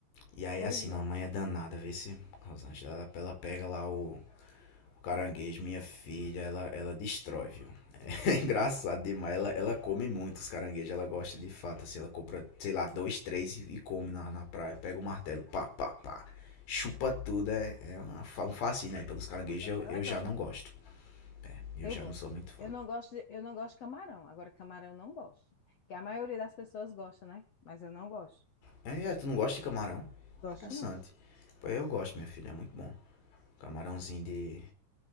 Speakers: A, on the left; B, on the left.
A: E aí,
B: Pois
A: assim, mamãe
B: é.
A: é danada, vê se, Rosângela, ela, ela pega lá o, o caranguejo, minha filha, ela, ela destrói, viu? <laughs> É engraçado
B: E é.
A: demais, ela, ela come muito os caranguejos, ela gosta de fato, assim, ela compra, sei lá, dois, três e, e come na, na praia, pega o martelo, pá, pá, pá, chupa tudo, é, é uma um fascínio aí pelos caranguejos, eu,
B: Ela
A: eu
B: gosta.
A: já não gosto, eu
B: Eu
A: já
B: gosto.
A: não sou muito fã.
B: Eu não gosto de, eu não gosto de camarão. Agora, camarão eu não gosto. Que a maioria das pessoas gosta, né? Mas eu não gosto.
A: É, é, tu não gosta de camarão?
B: Gosto
A: Interessante.
B: não.
A: Pô, eu gosto, minha filha, é muito bom. Camarãozinho de.